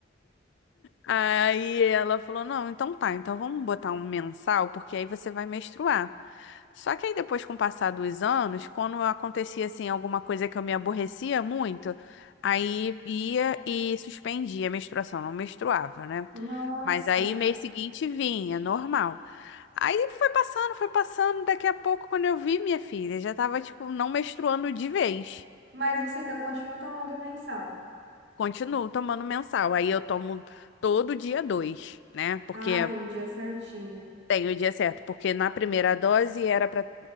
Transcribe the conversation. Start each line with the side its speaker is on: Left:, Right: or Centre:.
Left: Aí ela falou, não, então tá, então vamos botar um mensal, porque aí você vai menstruar. Só que aí depois, com o passar dos anos, quando acontecia assim alguma coisa que eu me aborrecia muito, aí ia e suspendia a menstruação, não menstruava, né?
Right: Nossa.
Left: Mas aí mês seguinte vinha, normal. Aí foi passando, foi passando, daqui a pouco quando eu vi minha filha, já tava tipo não menstruando de vez.
Right: Mas você ainda continua tomando mensal.
Left: Continuo tomando mensal. Aí eu tomo todo dia dois, né? Porque
Right: Ah, tem dia certinho.
Left: Tem o dia certo, porque na primeira dose era para